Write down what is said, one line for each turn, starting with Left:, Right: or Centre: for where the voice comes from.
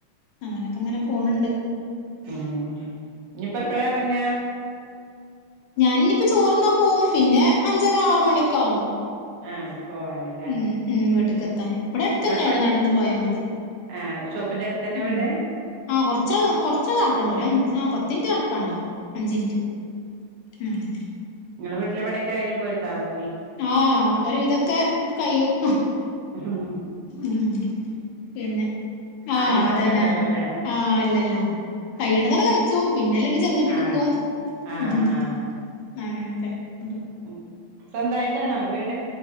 Left: അങ്ങനെയൊക്കെ അങ്ങനെ പോണ് ണ്ട്
Right: ഉം ഇനിയിപ്പ എപ്പഴാ ഇറങ്ങാ
Left: ഞാൻ ഇനിയിപ്പോ ചോർന്നാൻ പോവും പിന്നെ അഞ്ചര ആറ മണി ഒക്കെ ആവും.
Right: ആഹ് അടെ പോവാന്
Left: ഉം ഉം വീട്ടേക്ക് എത്താന് ഇവിടെ അടുത്ത് തന്നെയാണ്
Right: പൺ
Left: നടന്ന് പോയാ മതി
Right: ആഹ് ഷോപ്പിന്റെ അടുത്ത് തന്നെ
Left: ഉം
Right: വീട്
Left: ആഹ് കൊറച്ച കൊ കുറച്ച നടക്കണം ഒരഞ്ച് പത്തിൻറ്റ് നടക്കണ്ടാവും അഞ്ചിനിറ്റ് ഉം
Right: നിങ്ങ വീട്ടില പണി ഒക്കെ കഴഞ് പോരുന്നതാവും.
Left: ആഹ് ഒക്കരുവിതൊക്കെ കയ്യും
Right: ഉം
Left: ഉം പിന്നെ ആഹ്
Right: ആരിം നോക്കണ്ടല്ലോ
Left: അതന്നെ
Right: ല്ലേ
Left: ആഹ് ഇല്ലല്ലോ
Right: ആഹ്
Left: കൈണതാണ് ക യ ച്ചും പിന്നെ അല്ലെങ്കി ചെന്നിട്ട്
Right: ആഹ്
Left: എടുക്കും
Right: ആഹ്
Left: ഉഹും അങ്ങനൊക്കെ ഉണ്ട്
Right: ഉംസ്വന്തമായിട്ടാണോ വീട്